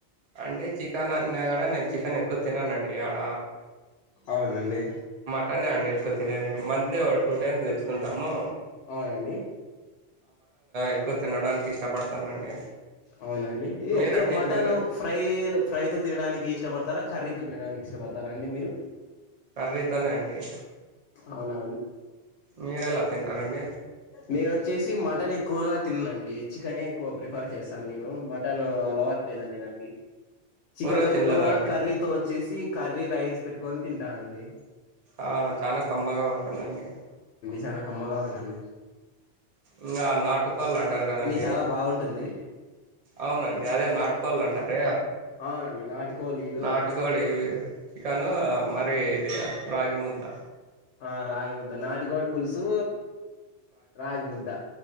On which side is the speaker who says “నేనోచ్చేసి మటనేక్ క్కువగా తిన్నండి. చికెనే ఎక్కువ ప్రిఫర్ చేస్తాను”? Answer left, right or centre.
Left